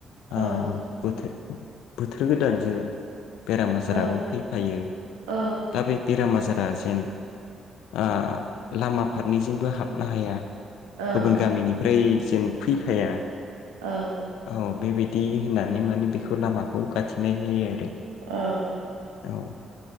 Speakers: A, on the left; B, on the right.
A: आ
B: ओं
A: बोथोर गोदानजों बेराम आजाराबो
B: औ
A: फैफायो
B: औ
A: दा बे बेराम आजारा जेन आ लामा आफादनिजोंबो हाबनो हाया
B: औ ओं
A: गुबुन गामिनिफ्राय जेन फैफाया
B: औ।
A: औ बेबायदि होननानै माने बेखौ लामाखौ गाथेनाय जायो आरो
B: ओ
A: औ